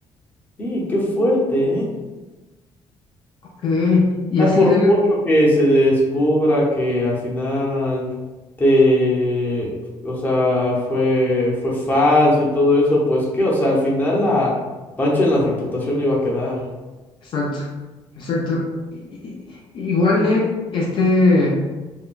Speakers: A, on the left; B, on the left.
A: Sí, qué fuerte, ¿eh?
B: Ok, y
A: O
B: así
A: por
B: de...
A: mucho que se descubra que al final te, o sea, fue, fue falso y todo eso, pues qué, o sea, al final la pancha en la reputación iba a quedar.
B: Exacto, exacto. I- i- i- Igual de este...